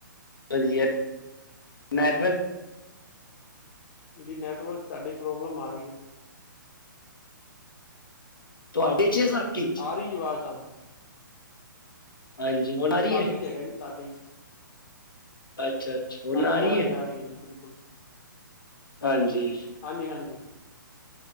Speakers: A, on the left (about 80°); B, on the left (about 50°).
A: ਵਧੀਆ ਨੈਟਵਰਕ
B: ਜੀ ਨੈਟਵਰਕ ਸਾਡੀ ਪ੍ਰੋਬਲਮ ਆ ਰਹੀ ਐ।
A: ਤੁਹਾਡੇ ਚ ਜਾਂ ਸਾਡੀ
B: ਆ ਰਹੀ ਜੀ ਆਵਾਜ਼ ਸਾਫ਼
A: ਹਾਂਜੀ, ਹੁਣ ਆ ਰਹੀ
B: ਤਾਡੀ
A: ਹੈ
B: ਚ ਹੈਗਾ ਜੀ ਤਾਡੀ ਚ,
A: ਅੱਛਾ ਅੱਛਾ ਹੁਣ
B: ਹਾਂਜੀ ਆ ਰਹੀ
A: ਹੈ
B: ਆ ਰਹੀ ਐ ਜੀ ਬਿਲਕੁਲ।
A: ਹਾਂਜੀ।
B: ਹਾਂਜੀ-ਹਾਂਜੀ।